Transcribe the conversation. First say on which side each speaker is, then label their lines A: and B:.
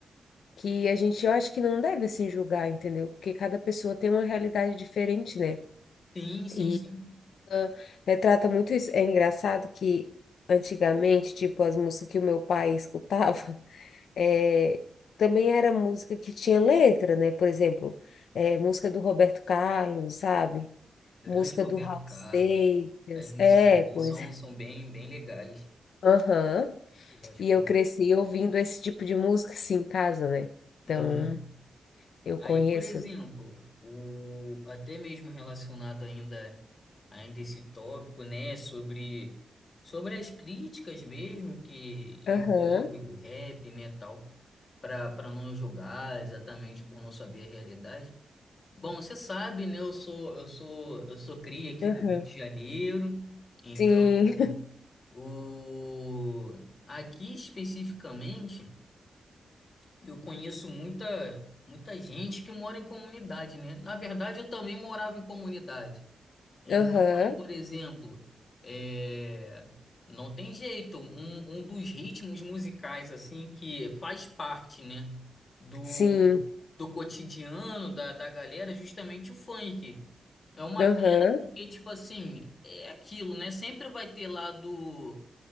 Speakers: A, on the left (about 85°); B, on the left (about 40°).
A: que a gente, eu acho que não deve assim julgar, entendeu? Porque cada pessoa tem uma realidade diferente, né?
B: Sim, sim,
A: E
B: sim.
A: ah, retrata muito isso. É engraçado que antigamente, tipo, as músicas que o meu pai escutava, <laughs> é, também era música que tinha letra, né? Por exemplo, é, música do Roberto Carlos, sabe?
B: Grande
A: Música
B: Roberto
A: do Raul
B: Carlos.
A: Seixas.
B: As músicas
A: É,
B: dele
A: pois
B: são,
A: é.
B: são bem, bem legais.
A: Aham.
B: Eu acho
A: E
B: maneiro.
A: eu cresci ouvindo esse tipo de música, sim, em casa, né? Então,
B: Uhum.
A: eu
B: Aí,
A: conheço.
B: por exemplo, o, até mesmo relacionado ainda ainda esse tópico, né, sobre sobre as críticas mesmo que
A: Aham,
B: envolve o rap, né, tal, para para não julgar exatamente por não saber a realidade. Bom, você sabe, né, eu sou eu sou eu sou cria aqui
A: aham.
B: do Rio de Janeiro, então
A: Sim,
B: o aqui especificamente eu conheço muita, muita gente que mora em comunidade, né? Na verdade, eu também morava em comunidade. Então,
A: <laughs> aham,
B: aí, por exemplo, é, não tem jeito. Um, um dos ritmos musicais, assim, que faz parte, né, do,
A: sim,
B: do cotidiano da, da galera, é justamente o funk. É uma
A: aham,
B: pena porque, tipo assim, é aquilo, né? Sempre vai ter lá do